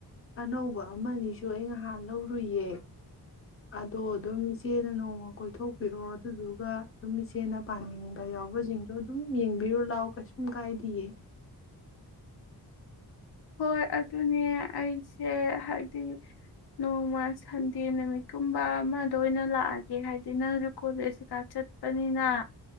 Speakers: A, on the left; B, on the left.
A: ꯑꯅꯧꯕ ꯑꯃꯅꯤꯁꯨ ꯑꯩ ꯅꯍꯥꯟ ꯂꯧꯔꯨꯏꯌꯦ ꯑꯗꯣ ꯑꯗꯨꯝ ꯏꯆꯦꯅ ꯅꯣꯡꯃ ꯀꯣꯏꯊꯣꯛꯄꯤꯔꯣ ꯑꯗꯨꯗꯨꯒ ꯑꯗꯨꯝ ꯏꯆꯦꯅ ꯄꯥꯅꯤꯡꯕ ꯌꯥꯎꯕꯁꯤꯡꯗꯣ ꯑꯗꯨꯝ ꯌꯦꯡꯕꯤꯔꯣ ꯂꯥꯛꯑꯣ ꯀꯩꯁꯨꯝ ꯀꯥꯏꯗꯌꯦ
B: ꯍꯣꯏ ꯑꯗꯨꯅꯦ ꯑꯩꯁꯦ ꯍꯥꯏꯕꯗꯤ ꯅꯣꯡꯃ ꯁꯟꯗꯦ ꯅꯨꯃꯤꯠꯀꯨꯝꯕ ꯑꯃꯗ ꯑꯣꯏꯅ ꯂꯥꯛꯑꯒꯦ ꯍꯥꯏꯕꯗꯤ ꯅꯪꯁꯨ ꯀꯣꯂꯦꯖ ꯀꯩꯀꯥ ꯆꯠꯄꯅꯤꯅ